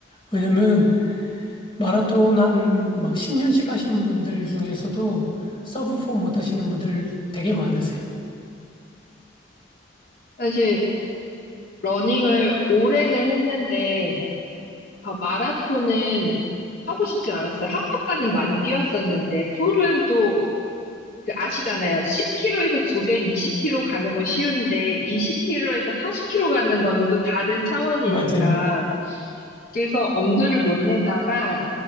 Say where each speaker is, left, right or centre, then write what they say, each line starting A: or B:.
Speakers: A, on the left; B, on the left.
A: 왜냐면 마라톤 한 막 10년씩 하신 분들 중에서도 서브4 못 하시는 분들 되게 많으세요.
B: 사실, 러닝을 오래는 했는데, 아, 마라톤은 하고 싶진 않았어요. 하프까지는 많이 뛰었었는데, 풀은 또, 그 아시잖아요. 10km에서 두 배인 20km 가는 건 쉬운데, 20km에서 40km 가는 거는 또 다른 차원이니까.
A: 맞아요.
B: 그래서 엄두를 못 내다가,